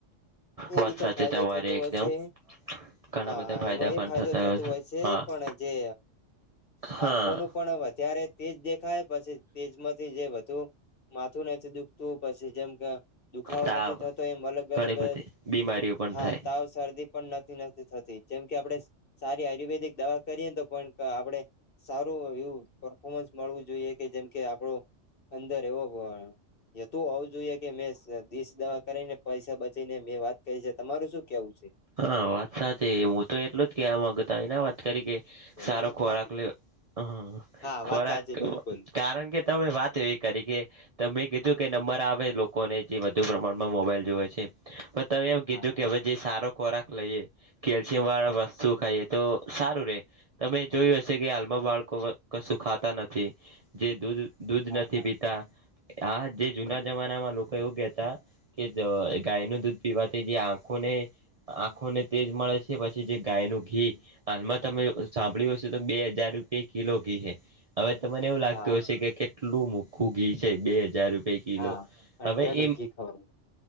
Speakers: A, on the left; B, on the right.
A: એ
B: વરસાદે
A: રીતે ફાયદો
B: તમારે
A: થતો હોય
B: એકદમ
A: છે
B: ઘણા
A: હા
B: બધા
A: હા
B: ફાયદા
A: એમાં એ
B: પણ
A: ફાયદો
B: થતા
A: થતો હોય છે
B: હા
A: પણ જે
B: હા
A: આંખો નું પણ વધારે તેજ દેખાય પછી તેજમાંથી જે બધુ માથું નથી દુખતું પછી જેમ કે દુખાવો
B: તાવ
A: નથી થતો એમ અલગ
B: ઘણી
A: અલગ
B: બધી બીમારીઓ પણ
A: હા
B: થાય
A: તાવ શરદી પણ નથી નથી થતી જેમ કે આપડણે સારી આયુર્વેદિક દવા કરીએ તો પણ આપણે સારું એવું પરફોર્મન્સ મળવું જોઈએ કે જેમ કે આપણો અંદર એવો એ તો હોવું જોઈએ કે મેં દીશ દવા કરીને પૈસા બચીને મેં વાત કરી છે તમારું શું કેવું છે
B: હા વાત સાચી હું તો એટલું જ કેવા માંગતો વાત કે
A: બધું
B: સારો
A: વાત
B: ખોરાક
A: સાચી
B: લે હ
A: હા
B: ખોરાક
A: વાત સાચી બિલકુલ
B: કારણ કે તમે વાત એવી કરી કે તમેં કીધું કે નંબર આવે લોકોને જે વધુ પ્રમાણમાં મોબાઈલ જોવે છે. પણ તમે એમ કીધું
A: હા હા
B: કે હવે જે સારો ખોરાક લઈએ કેલ્શિયમ વાળા વસ્તુ ખાઈએ તો સારું રે. તમે જોયું હશે કે હાલમાં બાળકો કશું ખાતા નથી જે દૂધ દૂધ
A: હા
B: નથી
A: હા
B: પીતા આ જે જુના
A: બરોબર
B: જમાનામાં લોકો એવું કેતા કે ગાય નું દૂધ પીવાથી જે આંખો ને આંખોને તેજ મળે છે પછી જે ગાયનું ઘી હાલમાં તમે સાંભળ્યું હશે તો બે હજાર રૂપિયા કિલો ઘી છે. હવે તમને એવું લાગતું
A: હા
B: હશે કે કેટલું મોખું ઘી છે બે હજાર રૂપિયા કિલો
A: હા
B: તમે
A: અંઢાનું
B: એમ
A: ઘી ખવડાવે